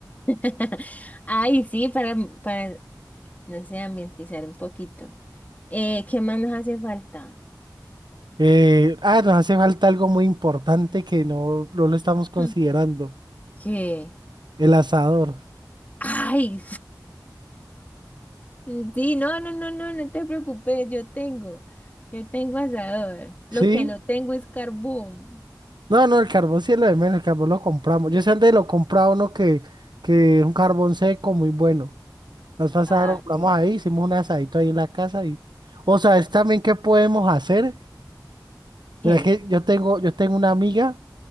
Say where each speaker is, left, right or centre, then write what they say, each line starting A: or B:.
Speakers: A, on the left (about 20°); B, on the right (about 80°).
A: <laughs> Ay, sí, para, para no sé, ambientizar un poquito. Eh, ¿qué más nos hace falta?
B: Eh, ah, nos hace falta algo muy importante que no, no lo estamos considerando,
A: Hmm, ¿Qué?
B: el asador,
A: ¡Ay! <laughs> Sí, no, no, no, no, no te preocupes, yo tengo, yo tengo asador. Lo
B: ¿sí?
A: que no tengo es carbón.
B: No, no, el carbón sí es lo de menos, el carbón lo compramos. Yo sé dónde lo compraba uno que, que es un carbón seco muy bueno. Nos pasaron,
A: Ah,
B: compramos
A: sí.
B: ahí, hicimos un asadito ahí en la casa y... O sea, es también qué podemos hacer. Mira
A: ¿Qué?
B: que yo tengo, yo tengo una amiga.